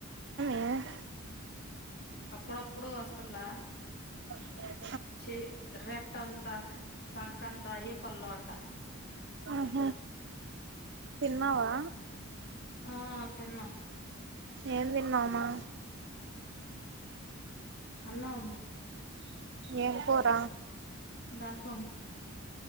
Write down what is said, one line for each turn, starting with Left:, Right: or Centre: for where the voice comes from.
Right: ఏమైంది
Left: అప్పుడప్పుడు వస్తల్ల
Right: <unintelligible>
Left: చె రెట్ అంతా సంకంతా ఏ పల్లో అట
Right: ఆహ తిన్నావా
Left: ఆ తిన్నా
Right: ఏం తిన్నావ్ మా
Left: అన్నాం
Right: ఏం కూర
Left: రాసం